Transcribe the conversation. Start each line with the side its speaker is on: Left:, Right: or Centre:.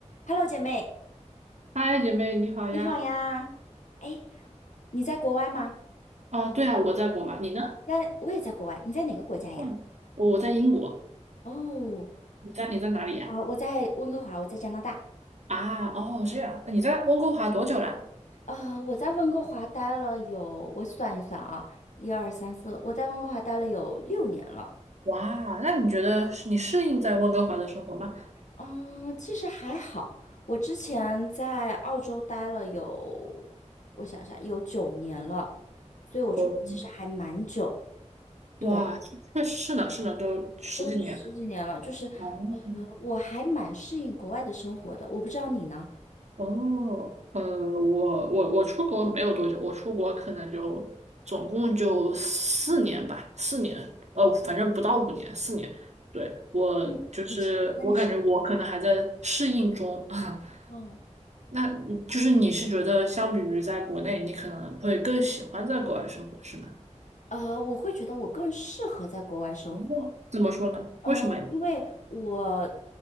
Left: Hello，姐妹，
Right: 嗨，姐妹，你好呀！
Left: 你好呀！哎，你在国外吗？
Right: 哦，对啊，我在国外，
Left: 嗯
Right: 你呢？
Left: 在，我也在国外。你在哪个国家呀？
Right: 嗯，我我在英国，
Left: 哦，
Right: 你在你在哪里呀？
Left: 啊、我在温哥华，我在加拿大。
Right: 啊，哦，这样，你在温哥华多久了？
Left: 啊、我在温哥华待了有，我算一算啊，一二三四，我在温哥华待了有六年了。
Right: 哇，那你觉得是你适应在温哥华的生活吗？
Left: 嗯，其实还好。我之前在澳洲待了有，我想一下，有九年了，所以我出国其实还蛮久。
Right: 哦，
Left: 对，
Right: 哇，确实是呢，是呢，都十几年。
Left: 都十几年了，就是，
Right: 哦，
Left: 呃，我还蛮适应国外的生活的。我不知道你呢？
Right: 哦，呃，我我我出国没有多久，我出国可能就总共就四年吧，四年，呃，反正不到五年，四年。对，我就是我感觉我可能还在适应中。
Left: 嗯，那你是？
Right: <laughs>
Left: 嗯，
Right: 那你就是你是觉得相比于在国内，你可能会更喜欢在国外生活，是吗？
Left: 呃，我会觉得我更适合在国外生活，
Right: 哦怎么说呢？
Left: 嗯，
Right: 为什么呀？
Left: 呃因为我